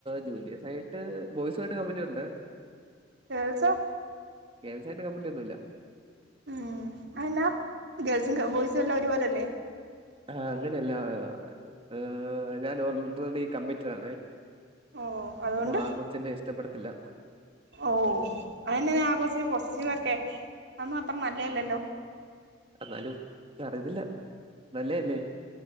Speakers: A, on the right; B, on the right.
A: ജൂനിയേഴ്സ് ആയിട്ട് ബോയ്സ്മായിട്ട് കമ്പനിയുണ്ട്
B: ഗേൾസോ
A: ഗേൾസായിട്ട് കമ്പനി ഒന്നും ഇല്ല
B: ഉം അത് എന്നാ ഗേൾസും ബോയ്സും എല്ലാം ഒരുപോലെല്ലേ
A: ആ അങ്ങനെയല്ല ഹ് ഞാൻ ഓൾറെഡി കമ്മിറ്റഡാണേ
B: ഓ അതുകൊണ്ട്
A: അപ്പൊ ആ കൊച്ചെന്നെ ഇഷ്ട്ട പ്പെടത്തില്ല
B: ഓ അതന്നെനാ ആ കൊച്ച്ന് പൊസസ്സീവൊക്കെ അതൊന്നും അത്ര നല്ലഅല്ലല്ലോ
A: എന്നാലും അറിയുന്നില്ല നല്ലെ അല്ലേ